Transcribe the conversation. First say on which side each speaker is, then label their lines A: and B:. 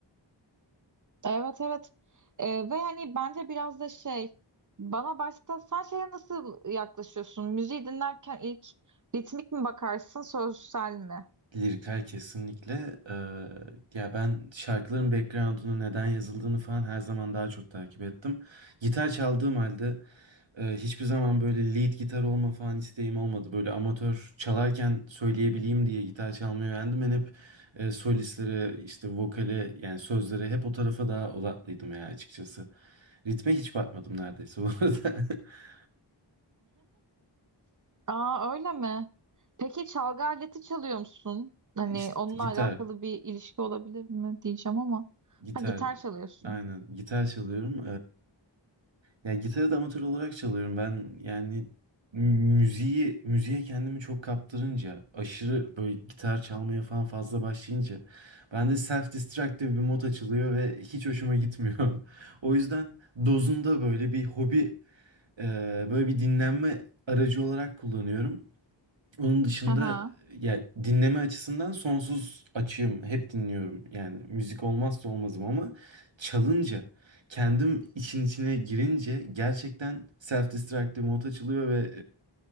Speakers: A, on the right (about 40°); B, on the right (about 75°).
A: Evet evet Ee, ve hani bence biraz da şey bana başta sen şeye nasıl yaklaşıyorsun? Müziği dinlerken ilk ritmik mi bakarsın sözsel mi?
B: Lirikler kesinlikle. Ee, ya ben şarkıların background'unu neden yazıldığını falan her zaman daha çok takip ettim. Gitar çaldığım halde e, hiçbir zaman böyle lead gitar olma falan isteğim olmadı. Böyle amatör çalarken söyleyebileyim diye gitar çalmayı öğrendim. Ben hep e, solistlere işte vokale yani sözlere hep o tarafa daha odaklıydım ya açıkçası. Ritme hiç bakmadım neredeyse bu arada. <laughs>
A: Aa öyle mi? Peki çalgı aleti çalıyor musun? Hani
B: İşte
A: onunla
B: gitar.
A: alakalı bir ilişki olabilir mi diyeceğim ama.
B: Gitar.
A: Ha gitar çalıyorsun.
B: Aynen. Gitar çalıyorum. Ee, ya gitarı da amatör olarak çalıyorum. Ben yani müziği müziğe kendimi çok kaptırınca aşırı böyle gitar çalmaya falan fazla başlayınca bende self-destructive bir mod açılıyor ve hiç hoşuma gitmiyor. <laughs> O yüzden dozunda böyle bir hobi e, böyle bir dinlenme aracı olarak kullanıyorum. Onun dışında
A: Aha.
B: ya dinleme açısından sonsuz açığım. Hep dinliyorum. Yani müzik olmazsa olmazım ama çalınca kendim işin içine girince gerçekten self-destructive mod açılıyor ve